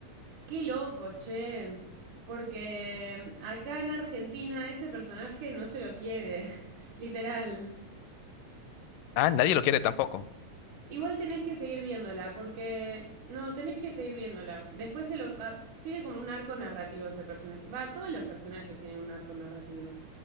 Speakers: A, on the right; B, on the left.
A: qué loco, che. Porque acá en Argentina ese personaje no se lo quiere, <laughs> literal.
B: Ah, nadie lo quiere tampoco.
A: Igual tenés que seguir viéndola, porque... No, tenés que seguir viéndola. Después se lo... va- tiene como un arco narrativo ese personaje. Va, todos los personajes tienen un arco narrativo.